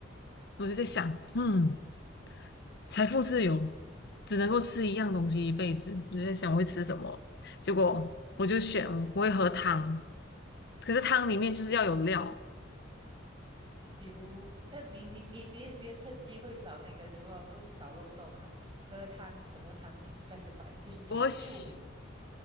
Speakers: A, on the left; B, on the right.
A: 我就在想，嗯。财富自由，只能够吃一样东西一辈子。你在想我会吃什么？
B: 对。
A: 结果我就选我会喝汤，可是汤里面就是要有料。
B: 比如，呃，你你你别别趁机会找那个，就是说不是找漏洞啊，喝汤什么汤，请 specify，就是请注明
A: 我喜